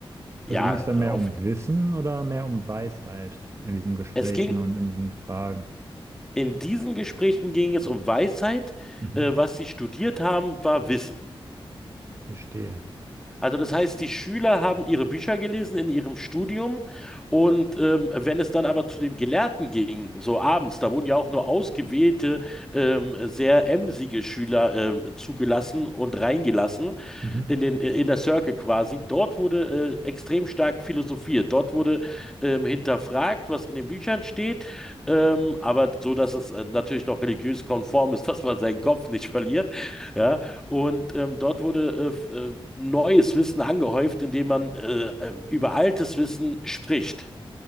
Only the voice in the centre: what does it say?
ja,
äh,
auf,
es ging,
in diesen Gesprächen ging es um Weisheit,
äh, was sie studiert haben, war Wissen.
Also das heißt, die Schüler haben ihre Bücher gelesen in ihrem Studium und ähm, wenn es dann aber zu dem Gelehrten ging, so abends, da wurden ja auch nur ausgewählte, ähm, sehr emsige Schüler ähm, zugelassen und reingelassen,
in den äh, Inner Circle quasi. Dort wurde äh, extrem stark philosophiert. Dort wurde ähm, hinterfragt, was in den Büchern steht, ähm, aber so, dass es äh, natürlich noch religiös konform ist, <laughs> dass man seinen Kopf nicht verliert. Ja, und ähm, dort wurde äh, f- äh, neues Wissen angehäuft, indem man äh, äh, über altes Wissen spricht.